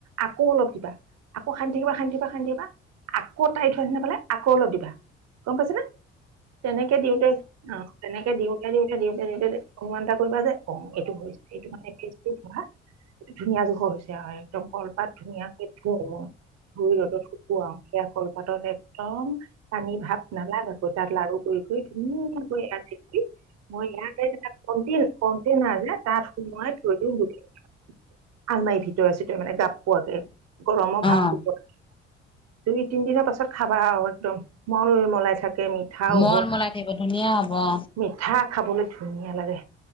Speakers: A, on the right (about 50°); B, on the left (about 15°).
A: আকৌ অলপ দিবা আকৌ খান্দি থাকিবা খান্দিকিবা খান্দিবা আকৌ তাই থোৱা নিচিনা পালে আকৌ অলপ দিবা। গম পাইছনে তেনেকে দিওঁতে অ তেনেকে দিওঁতে দিওঁতে দিওঁতে দিওঁতে অনুমান এটা কৰিবা যে অ এইটো হৈছে এইটো মানে হোৱা ধুনীয়া জোখৰ হৈছে আৰু একদম কলপাত ধুনীয়াকে ধুও মই ধুই ৰ'দত শুকুৱাও সেয়া কলপাতত একদম পানী ভাপ নালাগে আকৌ তাত লাৰু কৰি। ধুনীয়া <unintelligible> কৈ আছিল মই ইয়াতে থ ক দিন কদিন আয় তাৰ সময় থৈদিও গজ <unintelligible> আলমাৰি ভিতৰে চিতৰে মানে গাপ পোৱাকে গৰমৰ ভাপটো
B: অ
A: পোৱা। দুই তিন দিনৰ পাছত খাবা একদম মল মলাই থাকে। মিঠাও
B: মল
A: হয়।
B: মলাই থাকিব ধুনীয়া হ'ব অ
A: মিঠা খাবলৈ ধুনীয়া লাগে।